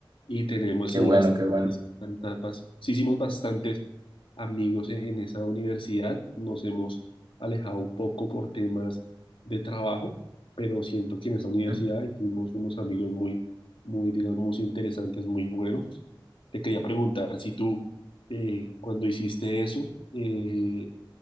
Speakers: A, on the left; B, on the right.
A: y tenemos
B: qué
A: sí,
B: bueno, qué bueno.
A: Banta- bas- sí hicimos bastantes amigos en, en esa universidad, nos hemos alejado un poco por temas de trabajo, pero siento que en esa universidad
B: ¿Eh?
A: hicimos unos amigos muy, muy, digamos, interesantes, muy buenos. Te quería preguntar si tú, eh, cuando hiciste eso, eh,